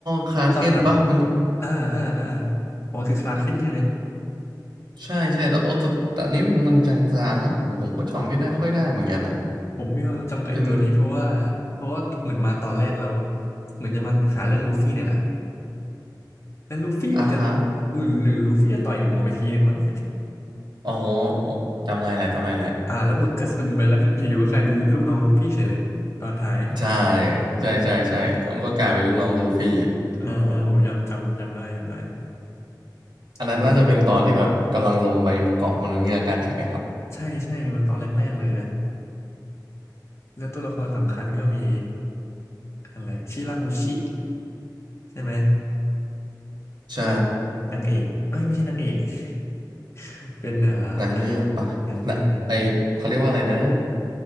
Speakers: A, on the right; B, on the left.
A: คาเคนปะมัน
B: ที่ตอนหลังอ่าอ่าอ่าอ๋อคือคลาร์กเคนใช่ไหม
A: ใช่ใช่แต่โอ้แต่แต่อันนี้มันมันจางๆแล้วผมผมก็จำไม่ได้ค่อยได้เหมือนกันอ่ะ
B: ผมมีความทรงจำกับไอ้ตัวนี้เพราะว่าเพราะว่าเหมือนมาตอนแรกแล้ว
A: เป็น
B: เหมือนจะมาหาเรื่องลูฟี่เนี่ยแหละแล้วลูฟี่เหมือนจะ
A: อ่าฮะ
B: หรือหรือลูฟี่จะต่อยหัวไปทีนึงมั้ง
A: อ๋อโอ้จำได้แล้วจำได้แล้ว
B: อ่าแล้วหมึกก็ซึมไปแล้วก็อยู่ๆก็กลายเป็นลูกน้องลูฟี่เฉยเลยตอนท้าย
A: ใช่ใช่ใช่ใช่แล้วมันก็กลายเป็นลูกน้องลูฟี่
B: อ่าอ่าผมจำจำจำได้จำได้
A: อันนั้นน่าจะเป็นตอนที่แบบกำลังลงไปเกาะมนุษย์เงือกกันใช่ไหมครับ
B: โอ้โหก็ใช่ใช่มาตอนแรกๆเลยนะ แล้วตัวละครสำคัญก็มีอะไรชิราโฮชิใช่ไหม
A: ใช่
B: นักนางเอกเอ้ยไม่ใช่นางเอก <laughs> เป็นเอ่อ
A: นางเงือกปะนะไอเขาเรียกว่าอะไรนะ
B: <laughs> นางเงือกนางเงือก